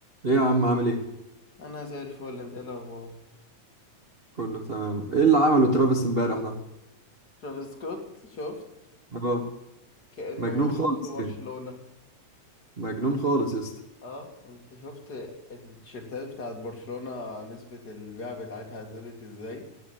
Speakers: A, on the right; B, on the left.
A: ايه يا عم عامل ايه؟
B: انا زي الفل انت ايه الاخبار
A: كله تمام ايه اللي عمله ترافيس امبارح ده؟
B: ترافيس سكوت شفت
A: اه
B: كأنه
A: مجنون
B: مولود
A: خالص
B: في برشلونة
A: يعني مجنون خالص يا اسطى
B: اه انت شفت التيشيرتات بتاعت برشلونة نسبة البيع بتاعتها زادت ازاي